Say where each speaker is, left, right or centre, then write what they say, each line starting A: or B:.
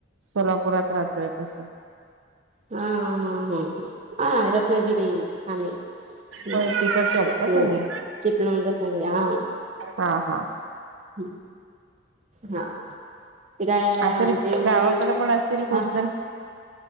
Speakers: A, on the right (about 85°); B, on the right (about 35°).
A: सोलापुरात राहतोय. तसं.
B: हा, हा, हा, ह. आ रत्नगिरी. आम्ही.
A: होय
B: आ
A: तिकडचे आहेत
B: चिपलून,
A: का तुम्ही?
B: चिपलूण - रत्नागिरी. हा.
A: हा, हा.
B: हं. हा. ते काय,
A: असेल
B: आमचे इकडे.
A: गावाकडे पण असतील खूप
B: हा.
A: जण